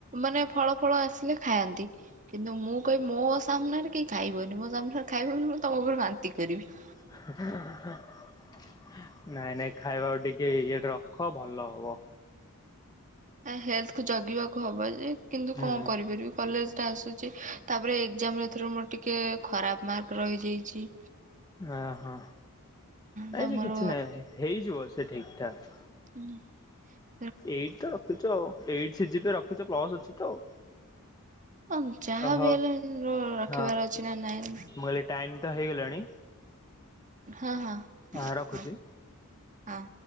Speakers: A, on the right; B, on the left.
A: ମାନେ ଫଳ ଫଳ ଆସିଲେ ଖାଆନ୍ତି। କିନ୍ତୁ ମୁଁ କଇବି ମୋ ସାମ୍ନାରେ କେଇ ଖାଇବନି ମୋ ସାମ୍ନାରେ ଖାଇବ ବୋଲେ ମୁଁ ତମ ଉପରେ ବାନ୍ତି କରିବି।
B: <unintelligible> ନାଇଁ ନାଇଁ ଖାଇବ ଟିକେ ଇଏଟେ ରଖ ଭଲ ହବ।
A: ହେଲ୍ଥ କୁ ଜଗିବାକୁ ହବ ଯେ କିନ୍ତୁ
B: ହୁଁ
A: କଅଣ କରିପାରିବୁ। କଲେଜଟା ଆସୁଛି ତାପରେ ଏକ୍ଜାମରେ ଏଥର ମୋର ଟିକିଏ ଖରାପ ମାର୍କ ରହିଯାଇଛି।
B: ଓ ହଁ
A: ତ
B: ଏ ସେ
A: ମୋର
B: କିଛି ନାହିଁ ହେଇଯିବ ସେ ଠିକ୍ ଠାକ୍।
A: ହୁଁ।
B: ଏଇଟ୍ ତ ରଖିଚ ଆଉ eight C G P A ରଖିଛ ପ୍ଲସ୍ ଅଛି ତ ଆଉ।
A: ତମେ ଯାହା
B: ଓହୋ।
A: ବି ହେଲେ ରଖିବାର
B: ହଁ
A: ଅଛି ନା ନାଇଁ।
B: ମୁଁ କହିଲି ଟାଇମ୍ ତ ହେଇଗଲାଣି।
A: ହଁ ହଁ।
B: ଆଁ ରଖୁଚି।
A: ହଁ ହଁ।